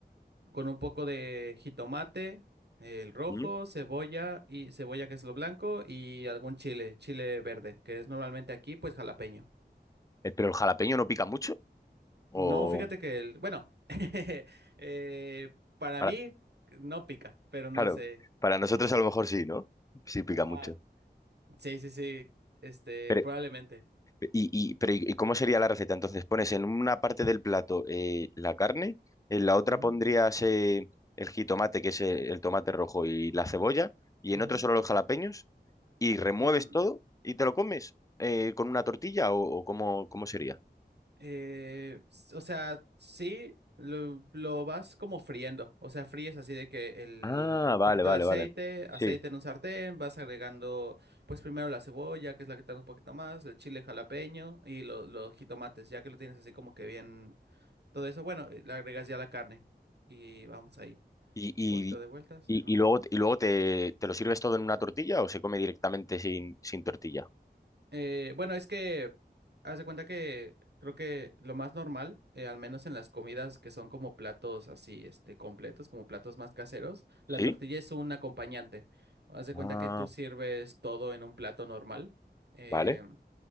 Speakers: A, on the right; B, on the left.
A: con un poco de jitomate, el rojo,
B: ¿Mm?
A: cebolla y cebolla que es lo blanco y algún chile, chile verde, que es normalmente aquí pues jalapeño.
B: Eh, Pero el jalapeño no pica mucho, o
A: No, fíjate que el, bueno, <laughs> eh, para
B: para-
A: mí no pica, pero
B: claro,
A: no sé.
B: para nosotros a lo mejor sí, ¿no? Sí pica
A: Ajá.
B: mucho.
A: Sí, sí, sí, este,
B: Pero,
A: probablemente.
B: y, y- pero, ¿y cómo sería la receta? Entonces pones en una parte del plato eh, la carne, en la otra
A: Ujú,
B: pondrías eh, el jitomate, que es eh, el tomate rojo, y la cebolla, y en
A: ujú.
B: otro solo los jalapeños, y remueves
A: Mm,
B: todo y te lo comes eh, con una tortilla o, o cómo, cómo sería.
A: Eh, s- o sea, sí, lo, lo vas como friendo. O sea, fríes así de que el,
B: Ah,
A: un
B: vale,
A: poquito
B: vale,
A: de aceite,
B: vale. Sí.
A: aceite en un sartén, vas agregando, pues primero la cebolla, que es la que tarda un poquito más, el chile jalapeño y lo- los jitomates, ya que lo tienes así como que bien, todo eso, bueno, eh, le agregas ya la carne y vamos ahí.
B: ¿Y, y,
A: Un poquito de vueltas.
B: y, y luego, y luego te, te lo sirves todo en una tortilla o se come directamente sin, sin tortilla?
A: Eh, bueno, es que haz de cuenta que creo que lo más normal, eh, al menos en las comidas que son como platos así, este, completos, como platos más caseros,
B: ¿Sí?
A: la tortilla es un acompañante. Haz de
B: Ah,
A: cuenta que tú sirves todo en un plato normal, eh,
B: vale.